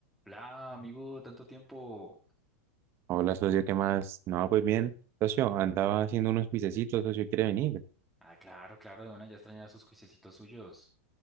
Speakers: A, in the centre; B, on the right.
A: Hola, amigo, tanto tiempo.
B: Hola, socio, ¿qué más? No, pues bien, socio, andaba haciendo unos pisecitos, socio, ¿quiere venir?
A: Ah, claro, claro, de una ya extrañaba sus juiciecitos suyos.